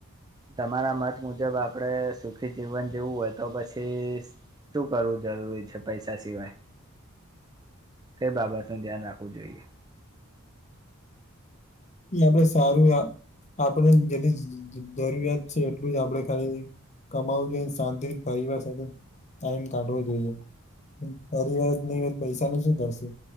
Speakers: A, on the right; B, on the left.
A: તમારા મત મુજબ આપડે સુખી જીવન જેવું હોય તો પછી શું કરવું જરૂરી છે પૈસા સિવાય? કઈ બાબત નું ધ્યાન રાખવું જોઈએ?
B: ન બો સારું હે, આપણેે જેને જરૂરિયાત છે એટલું જ આપડે ખાલી કમાવું જોઈએ શાંતિ પરિવાર સાથે ટાઈમ કાઢવો જોઈએ. પરિવાર ની હો પૈસા ન શું કરશે?